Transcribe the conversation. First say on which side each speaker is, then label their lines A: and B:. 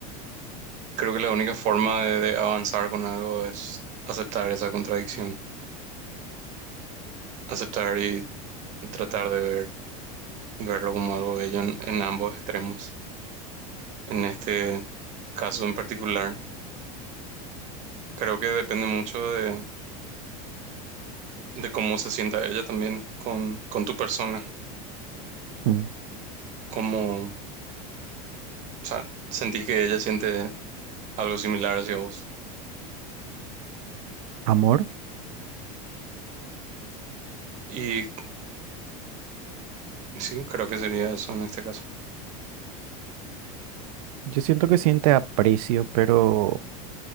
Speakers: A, on the right; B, on the right.
A: creo que la única forma de, de avanzar con algo es aceptar esa contradicción, aceptar y tratar de ver. verlo como algo bello en, en ambos extremos. En este caso en particular, creo que depende mucho de, de cómo se sienta ella también con, con tu persona,
B: mm.
A: como, o sea, sentís que ella siente algo similar hacia vos.
B: ¿Amor?
A: Y sí, creo que sería eso en este caso.
B: Yo siento que siente aprecio, pero...